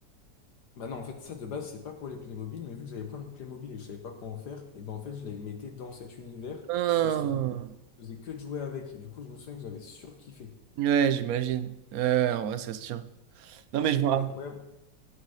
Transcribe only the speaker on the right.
Ah.
Ouais, j'imagine. Ouais, en vrai, ça se tient. Non,
mais je me rappelle.